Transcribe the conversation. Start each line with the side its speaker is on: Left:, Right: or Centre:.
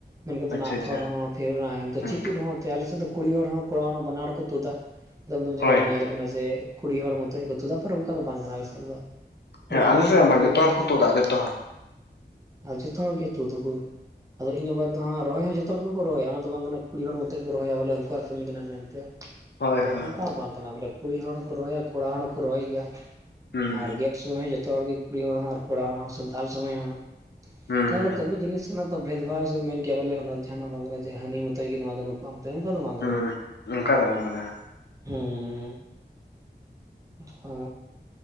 Right: ᱢᱮᱱ ᱠᱟᱛᱮ ᱫᱚ
Left: ᱟᱪᱪᱷᱟ
Right: ᱚᱱᱟ ᱟᱯᱷᱚᱨ
Left: ᱟᱪᱪᱷᱟ
Right: ᱦᱚᱸ ᱯᱷᱤᱨ ᱜᱟᱹᱪᱷᱤ
Left: ᱦᱮᱸ
Right: ᱛᱩᱫ ᱦᱚᱸ᱾ ᱛᱮ ᱟᱞᱮ ᱥᱮᱫ ᱫᱚ ᱠᱩᱲᱤ ᱦᱚᱲ ᱦᱚᱸ ᱠᱚᱲᱟ ᱦᱚᱲ ᱦᱚᱸ ᱵᱟᱱᱟ ᱦᱚᱲ ᱠᱚ ᱛᱩᱫᱟ, ᱟᱫᱚᱢ ᱟᱫᱚᱢ
Left: ᱦᱳᱭ
Right: ᱡᱟᱭᱜᱟ ᱨᱮ
Left: ᱦᱮᱸ
Right: ᱧᱮᱞ ᱠᱟᱱᱟ ᱡᱮ ᱠᱩᱲᱤ ᱦᱚᱲ ᱢᱚᱛᱚᱡ ᱜᱮᱠᱚ ᱛᱩᱫᱟ, ᱯᱷᱤᱨ ᱚᱝᱠᱟ ᱫᱚ ᱵᱟᱝ ᱠᱟᱱᱟ ᱟᱞᱮ ᱥᱮᱫ ᱨᱮᱫᱚ᱾ ᱠᱚᱲᱟ
Left: ᱦᱮᱸ ᱟᱞᱮ
Right: ᱦᱚᱲ
Left: ᱥᱮᱫ
Right: ᱠᱟᱱᱟᱢ
Left: ᱢᱟ
Right: ᱠᱩᱲᱤ
Left: ᱡᱚᱛᱚ
Right: ᱦᱚᱲ
Left: ᱠᱚ
Right: ᱠᱟᱱᱟᱢ᱾
Left: ᱛᱩᱫᱟ ᱡᱚᱛᱚ ᱦᱚᱲ
Right: ᱟᱨ ᱡᱚᱛᱚ ᱦᱚᱲᱜᱮ ᱛᱩᱫ ᱟᱠᱩ, ᱟᱫᱚ ᱤᱱᱟᱹ ᱵᱟᱫ ᱫᱚ ᱦᱟᱸᱜ ᱨᱚᱦᱚᱭ ᱦᱚᱸ ᱡᱚᱛᱚ ᱡᱚᱛᱚ ᱦᱚᱲ ᱜᱮᱠᱚ ᱨᱚᱦᱚᱭᱟ, ᱚᱱᱟ ᱫᱚ ᱵᱟᱝ ᱠᱟᱱᱟ ᱠᱩᱲᱤ ᱦᱚᱲ ᱢᱚᱛᱮᱡ ᱠᱚ ᱨᱚᱦᱚᱭᱟ ᱵᱚᱞᱮ ᱩᱱᱠᱩᱣᱟᱜ ᱠᱟᱹᱢᱤ ᱠᱟᱱᱟ ᱢᱮᱱᱛᱮ᱾
Left: ᱦᱳᱭ
Right: ᱛᱚ
Left: ᱦᱳᱭ
Right: ᱚᱝᱠᱟ ᱦᱚᱸ ᱵᱟᱝ ᱠᱟᱱᱟ ᱵᱚᱞᱮ, ᱠᱩᱲᱤ ᱦᱚᱲ ᱦᱚᱸᱠᱚ ᱨᱚᱦᱚᱭᱟ ᱠᱚᱲᱟ ᱦᱚᱲ ᱦᱚᱸᱠᱚ ᱨᱚᱦᱚᱭ ᱜᱮᱭᱟ
Left: ᱦᱩᱸ
Right: ᱟᱨ ᱜᱮᱫ ᱥᱚᱢᱚᱭ ᱦᱚᱸ ᱡᱚᱛᱚ ᱦᱚᱲ ᱜᱮ ᱠᱩᱲᱤ ᱦᱚᱲ ᱦᱚᱸ ᱟᱨ ᱠᱚᱲᱟ ᱦᱚᱲ ᱦᱚᱸ ᱥᱮ ᱫᱟᱞ ᱥᱚᱢᱚᱭ ᱦᱚᱸ
Left: ᱦᱩᱸ
Right: ᱛᱚ
Left: ᱦᱩᱸ
Right: ᱚᱱᱟ ᱠᱟᱹᱢᱤ ᱡᱤᱱᱤᱥ ᱚᱱᱟ ᱫᱚ ᱵᱷᱮᱫ ᱵᱷᱟᱣ ᱥᱮᱢ ᱢᱮᱱ ᱠᱮᱭᱟ ᱵᱚᱞᱮ ᱚᱱᱟ ᱡᱟᱦᱟᱱᱟᱜ ᱵᱟᱝ ᱠᱟᱱᱟ ᱡᱮ ᱦᱟᱹᱱᱤ ᱢᱚᱛᱚᱡ ᱜᱮ ᱱᱚᱣᱟ ᱫᱚ ᱱᱩ ᱛᱮ ᱩᱝᱠᱩᱣᱟᱜ ᱫᱚ ᱵᱟᱝ ᱠᱟᱱᱟ,
Left: ᱦᱩᱸ ᱚᱱᱠᱟ ᱫᱚ ᱵᱟᱝ ᱠᱟᱱᱟ ᱦᱮᱸ
Right: ᱦᱩᱸᱻ᱾ ᱛᱷᱚ